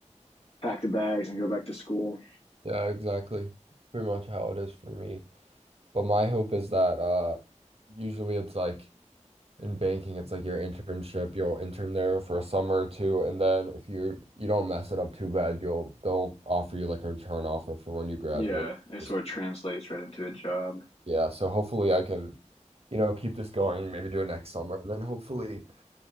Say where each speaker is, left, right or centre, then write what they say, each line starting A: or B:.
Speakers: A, on the left; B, on the right.
A: pack the bags and go back to school.
B: yeah. Exactly. Pretty much how it is for me. But my hope is that uh usually it's like. In banking, it's like your internship. You'll intern there for a summer or two, and then if you you don't mess it up too bad, you'll they'll offer you like a return offer for when you graduate.
A: Yeah, it
B: Just-
A: sort of translates right into a job.
B: Yeah, so hopefully I can, you know, keep this going, maybe do it next summer, and then hopefully